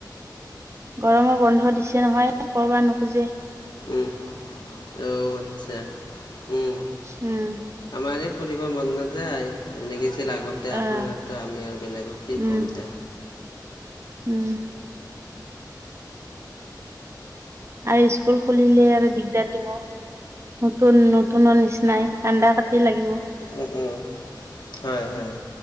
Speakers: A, on the right (about 40°); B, on the left (about 75°).
A: গৰমৰ বন্ধ দিছে নহয় পঢ়বাৰ নোখোঁজে।
B: উম, অ' আচ্ছা উম।
A: উম।
B: আমাৰ এই পৰিবাৰৰ মন নাযায় এনেগৈছিল আগত। তেআখনতে
A: আহ
B: আমি আৰু বেলেগক কি
A: উম
B: ক'মতে।
A: উম। আৰু স্কুল খুলিলে আৰু দিগদাৰ দিব। নতুন, নতুনৰ নিচিনাই কান্দা কাটি লাগিব।
B: উম্, উম্, হয় হয়,